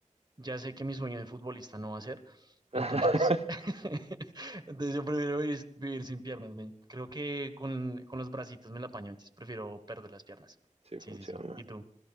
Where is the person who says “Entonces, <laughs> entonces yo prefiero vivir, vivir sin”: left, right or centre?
Right